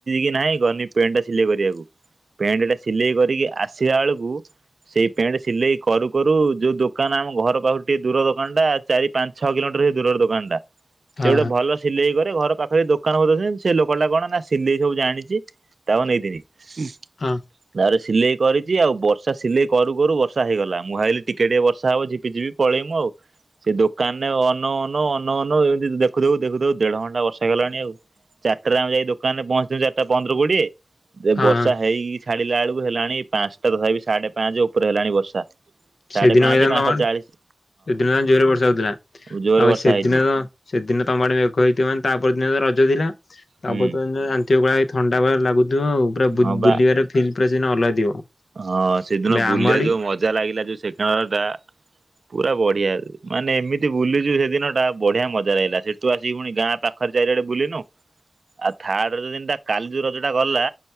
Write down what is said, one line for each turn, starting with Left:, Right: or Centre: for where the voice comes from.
Right: କି ନାହିଁ ଗନି ପେଣ୍ଟ ଟା ଶିଲେଇ କରିବାକୁ ପେଣ୍ଟ ଟା ସିଲେଇ କରିକି ଆସିଲା ବେଳକୁ ସେଇ ପେଣ୍ଟ ସିଲେଇ କରୁ କରୁ ଯୋଉ ଦୋକାନ ଆମ ଘର ପାଖରୁ ଟିକେ ଦୂର ଦୋକାନ ଟା ଚାରି ପାଞ୍ଚ ଛଅ କିଲୋମିଟର ହେଇ ଦୂରର ଦୋକାନ ଟା
Left: ହଁ
Right: ସେ ଗୋଟେ ଭଲ ସିଲେଇ କରେ ଘର ପାଖରେ ଦୋକାନ <unintelligible> ବୋ ଅଛନ୍ତି ସେ ଲୋକଟା କଣ ନା ସିଲେଇ ସବୁ ଜାଣିଚି ତାମାନେ ଏଇ <unintelligible>
Left: ହଁ।
Right: ତାପରେ ସିଲେଇ କରିଛି ଆଉ ବର୍ଷା ସିଲେଇ କରୁ କରୁ ବର୍ଷା ହେଇଗଲା ମୁଁ ଭାଵିଲି ଟିକେ ଟିକେ ବର୍ଷା ହବ ଝିପି ଝିପି ପଳେଇମୁ ଆଉ ସେ ଦୋକାନରେ ଅନଉ ଅନଉ ଅନଉ ଅନଉ ଏମିତି ଦେଖୁଦେଖୁ ଦେଖୁଦେଖୁ ଦେଢ ଘଣ୍ଟା ବର୍ଷା ହେଇଗଲାଣି ଆଉଚାରିଟାରେଆମେ ଯାଇକି ଦୋକାନରେ ପହଞ୍ଚିଲୁ ଚାରିଟା ପନ୍ଦର କୋଡିଏ ଦେ
Left: ହଁ
Right: ବର୍ଷା ହେଇକି ଛାଡିଲା ବେଳକୁ ହେଲାଣି ପାଞ୍ଚଟା ତଥାପି ସାଢେ ପାଞ୍ଚ ଉପରେ ହେଲାଣି ବର୍ଷା ସାଢେ
Left: ସେଦିନ
Right: ପାଞ୍ଚ
Left: ଦିନ
Right: ପାଞ୍ଚଟା
Left: ମାନ୍ ସେଦିନ
Right: ଚାଳିଶି
Left: ଆ। <unintelligible> ଜୋରରେ ବର୍ଷା ହଉଥିଲା
Right: ହଁ ଜୋରେ
Left: ଆଉ
Right: ବର୍ଷା
Left: ଏଇ ସେଦିନ
Right: ହେଇଛି
Left: ତ ସେଦିନ ତମ ଆଡେ ମେଘ ହେଇଥିବ ମାନେ ତାପର ଦିନ ତ ରଜ ଥିଲା ତା
Right: ହୁଁ
Left: ପର ଦିନ <unintelligible> ଯନ୍ତି କୋଳା ହେ। ଥଣ୍ଡା ଭଲିଆ ଲାଗୁଥିବ ଆଉ ପୁରା ବୁଲିବାର
Right: ହଁ ବା।
Left: ଫିଲ୍ ପୁରା ସେଦିନ ଅଲଗା ଥିବ
Right: ହଁ ସେଦିନ
Left: ଏବେ
Right: ବୁଲିବା
Left: ଆମ ଆଡେ
Right: ଯୋଉ ମଜା ଲାଗିଲା ଯୋଉ ସେ <unintelligible> କାନାଳ ଟା ପୁରା ବଢିଆ ରେ ମାନେ ଏମିତି ବୁଲିଚୁ ସେଦିନ ଟା ବଢିଆ ମଜାଲାଗିଲା ସେଠୁ ଆସିକି ପୁଣି ଗାଁ ପାଖ ଖାଲି ଚାରି ଆଡେ ବୁଲି ନୁ ଆଉ ଥାର୍ଡରଜ ଦିନଟା କାଲି ଯୋଉ ରଜ ଟା ଗଲା